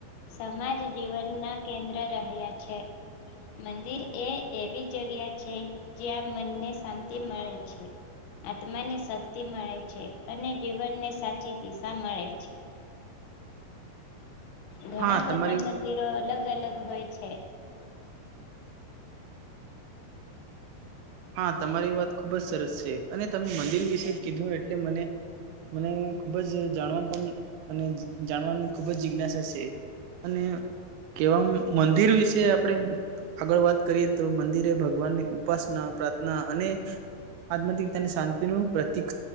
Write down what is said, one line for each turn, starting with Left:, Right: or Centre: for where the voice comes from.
Left: સમાજ જીવનના કેન્દ્ર રહ્યા છે. મંદિર એ એવી જગ્યા છે જ્યાં મનને શાંતિ મળે છે. આત્મા ને શક્તિ મળે છે અને જીવનને સાચી દિશા મળે છે. ઘણા
Right: હા
Left: બધા
Right: તમારી
Left: મંદિરો અલગ અલગ હોય છે.
Right: હા તમારી વાત ખુબ જ સરસ છે અને તમે મંદિર વિશે કીધું એટલે મને મને ખુબ જ જાણવા પણ અને જાણવાનું ખૂબ જ જિજ્ઞાસા છે. અને કેવા મંદિર વિશે આપડે આગળ વાત કરીએ તો મંદિરે ભગવાન ની ઉપાસના પ્રાર્થના અને આત્માંથી તેની શાંતિનું પ્રતિક